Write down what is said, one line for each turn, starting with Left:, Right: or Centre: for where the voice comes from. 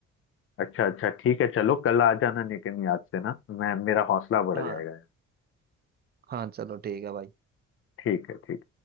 Left: अच्छा अच्छा ठीक है चलो कल आ जाना लेकिन याद से ना मैं मेरा हौसला बढ़
Right: हाँ
Left: जाएगा
Right: हाँ चलो ठीक है भाई
Left: ठीक है ठीक